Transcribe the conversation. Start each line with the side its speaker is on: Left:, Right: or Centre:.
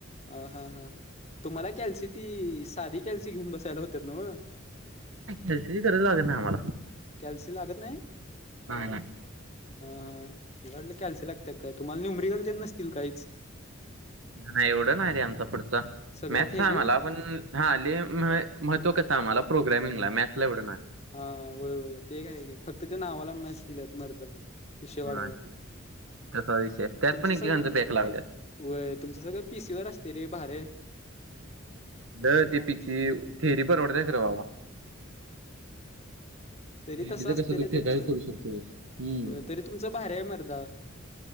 Left: आ हा हा तुम्हाला कॅल्सी ती साधी कॅल्सी घेऊन बसाय लावतात नव्ह?
Right: कॅल्सीची गरज लागत नाही आम्हाला.
Left: कॅल्सी लागत नाही?
Right: नाही नाही
Left: हा हा मला वाटलं कॅल्सी लागते का काय, तुम्हाला न्यूमरिकल ते नसतील काहीच?
Right: अरे एवढं नाही रे आमचा पुढचा
Left: सगळं
Right: मॅथ्स
Left: थेरी
Right: आहे आम्हाला पण हा ले महत्त्व कसं आम्हाला प्रोग्रॅमिंगला हाय मॅथ्सला एवढं नाय.
Left: हा व्हय व्हय, ते काय घे फक्त ते नावाला मॅथ्स दिल्यात मर्दा. विषय वाढवाय
Right: हा तसा विषय हाय, त्यात
Left: तुमचं
Right: पण ऐकेकांचं
Left: सगळं
Right: बॅक लागल्यात.
Left: व्हय, तुमचं सगळं पीसीवर असते रे, भारी आहे.
Right: द,
Left: निवांत
Right: तीपिची थेरी परवडते, खरं बाबा
Left: तरी
Right: थेरीचं
Left: तसं असत
Right: कसं तू
Left: रे तुमचं,
Right: काही करू शकतो हम्म
Left: व्हय तरी तुमचं भारी आहे मर्दा.